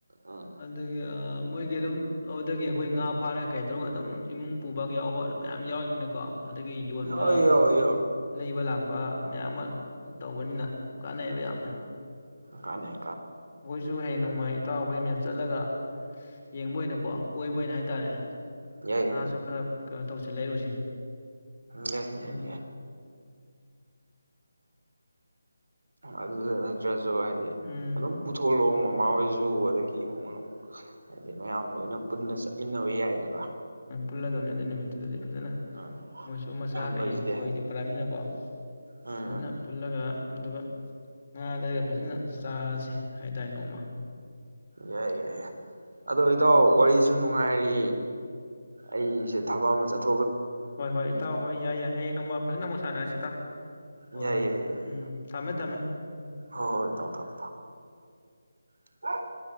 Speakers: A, on the right (about 85°); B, on the left (about 40°).
A: ꯎꯝ
B: ꯑꯗꯨꯒ ꯃꯣꯏꯒꯤ ꯑꯗꯨꯝ ꯑꯗꯨꯗꯒꯤ ꯑꯩꯈꯣꯏ ꯉꯥ ꯐꯥꯔꯒ ꯀꯩ ꯇꯧꯔꯒ ꯑꯗꯨꯝ ꯏꯃꯨꯡ ꯄꯨꯕ ꯌꯥꯎꯕ ꯑꯗꯨꯝ ꯃꯌꯥꯝ ꯌꯥꯎꯔꯤꯕꯅꯤꯀꯣ ꯑꯗꯒꯤ ꯌꯣꯟꯕ
A: ꯌꯥꯎꯋꯦ ꯌꯥꯎꯋꯦ ꯌꯥꯎꯋꯦ
B: ꯂꯩꯕ ꯂꯥꯛꯄ ꯅꯨꯄꯥ ꯃꯌꯥꯝ ꯑꯃ ꯇꯧꯕꯅꯤꯅ ꯀꯥꯟꯅꯩꯌꯦꯕ ꯌꯥꯝꯅ
A: ꯀꯅꯦ
B: ꯑꯩꯈꯣꯏꯁꯨ ꯍꯌꯦꯡ ꯅꯣꯡꯃꯥꯏ ꯏꯇꯥꯎ ꯑꯩꯈꯣꯏ ꯃꯦꯝ ꯆꯠꯂꯒ ꯌꯦꯡꯕ ꯑꯣꯏꯅꯀꯣ ꯀꯣꯏꯕ ꯑꯣꯏꯅ ꯍꯥꯏꯇꯥꯔꯦ
A: ꯌꯥꯏ
B: ꯍꯥꯥꯁꯨꯨ ꯈꯔ ꯀ ꯇꯧ ꯁꯤ ꯂꯩꯔꯨꯁꯦ
A: ꯂꯩꯏ
B: ꯅꯣꯡꯃ
A: ꯌꯥꯏꯦ ꯑꯗꯨ ꯇ꯭ꯔꯁꯨ ꯍꯥꯏꯗꯤ
B: ꯎꯝ
A: ꯑꯗꯨꯝ ꯄꯨꯊꯣꯛꯂꯣꯑꯣ ꯏꯃꯥ ꯍꯣꯏꯖꯨ ꯑꯗꯒꯤ ꯏꯃꯨꯡ ꯃꯅꯨꯡ ꯍꯥꯏꯗꯤ ꯃꯌꯥꯝ ꯂꯣꯏꯅ ꯄꯨꯟꯅ ꯆꯠꯂ ꯏꯟꯅ ꯑꯣꯏ ꯌꯥꯏꯗꯅ
B: ꯄꯨꯂꯅ ꯑꯗꯨꯩ ꯅꯨꯃꯤꯠꯇꯨꯗꯗꯤ ꯐꯖꯅ
A: ꯎꯝ
B: ꯃꯣꯏꯁꯨ ꯃꯁꯥ
A: ꯁꯨꯝꯕꯁꯤꯗꯤ
B: ꯀꯩꯀꯩ ꯐꯗꯤ
A: ꯍꯥꯏ
B: ꯄꯨꯜꯂꯅꯤꯅꯀꯣ
A: ꯎꯝ
B: ꯐꯖꯅ
A: ꯎꯝ
B: ꯄꯨꯜꯂꯒ ꯑꯗꯨꯒ ꯉꯥ ꯂꯩꯔ ꯐꯖꯅ ꯆꯥꯔꯁꯤ ꯍꯥꯏꯇꯥꯔꯦ ꯅꯣꯡꯃ
A: ꯌꯥꯏ ꯌꯥꯏ ꯑꯗꯣ ꯏꯇꯥꯎ ꯋꯥꯔꯤꯁꯨ ꯅꯨꯡꯉꯥꯏꯔꯤ ꯑꯩꯁꯦ ꯊꯕꯛ ꯑꯃ ꯆꯠꯊ
B: ꯍꯣꯏ ꯍꯣꯏ ꯏꯇꯥꯎ ꯍꯣꯏ ꯌꯥꯏ ꯌꯥꯏ ꯍꯌꯦꯡ ꯅꯣꯡꯃ ꯐꯖꯅ ꯑꯃꯨꯛ ꯁꯥꯟꯅꯔꯁꯤ ꯇ ꯍꯣꯏ
A: ꯌꯥꯏ
B: ꯍꯣꯏ
A: ꯌꯥꯏ ꯌꯥꯏ
B: ꯎꯝ ꯊꯝꯃꯦ ꯊꯝꯃꯦ ꯎꯝ
A: ꯍꯣꯏ ꯍꯣꯏ ꯏꯇꯥꯎ ꯊꯝꯃꯣ ꯊꯝꯃꯣ